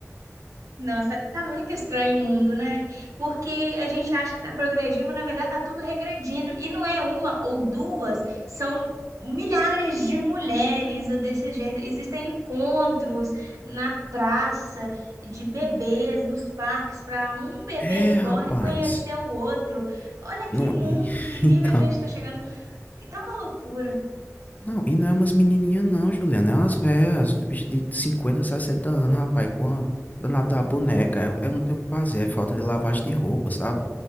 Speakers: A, on the right; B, on the left.
A: Nossa, tá muito estranho o mundo, né? Porque a gente acha que tá progredindo, mas na verdade tá tudo regredindo. E não é uma ou duas, são milhares de mulheres desse jeito. Existem encontros na praça de bebês, nos parques, para um bebê
B: É,
A: reborn
B: rapaz.
A: conhecer o outro. Olha que
B: Não,
A: mundo,
B: e
A: que
B: <laughs>
A: nível
B: então
A: a gente tá chegando. E tá uma loucura.
B: Não, e não é umas menininhas não, Juliana. É umas velhas, bicho de 50, 60 anos, rapaz, com a danada da boneca. Eu, eu não tenho o que fazer, é falta de lavagem de roupa, sabe?